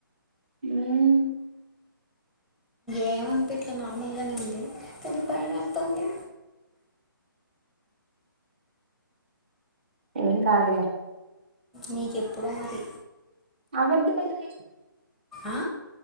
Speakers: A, on the right (about 30°); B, in the centre.
A: మ్మ్
B: ఏమనిపి ఇట్లా నార్మల్గానే ఉంది కానీ భయం వస్తుంది
A: ఏం కాదుల
B: నీకెప్పుడో మరి
A: వది <unintelligible>
B: ఆ